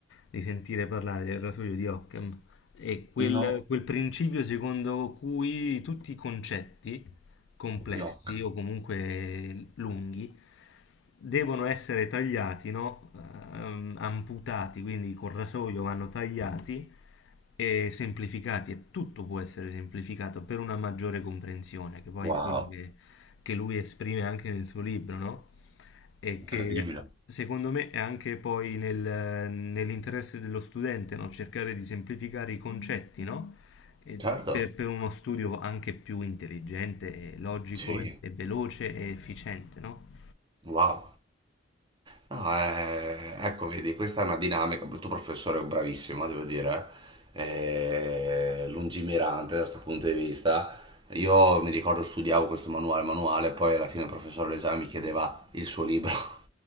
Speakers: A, on the left; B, on the right.
A: di sentire parlare del rasoio di Occam. È quel,
B: no,
A: quel principio secondo cui tutti i concetti complessi
B: di Occam.
A: o comunque lunghi devono essere tagliati, no? Ehm, amputati, quindi col rasoio vanno tagliati e semplificati e tutto può essere semplificato per una maggiore comprensione, che poi
B: Wow,
A: è quello che, che lui esprime anche nel suo libro, no? E
B: incredibile.
A: che secondo me è anche poi nel- nell'interesse dello studente, no? Cercare di semplificare i concetti, no? e
B: Certo,
A: per, per uno studio anche più intelligente, e logico
B: sì,
A: e, e veloce e efficiente, no?
B: wow. No, eh, ecco, vedi, questa è una dinamica. Il tuo professore è bravissimo, devo dire, eh, lungimirante da questo punto di vista. Io mi ricordo studiavo questo manuale, manuale, poi alla fine il professore all'esame mi chiedeva il suo libro. <laughs>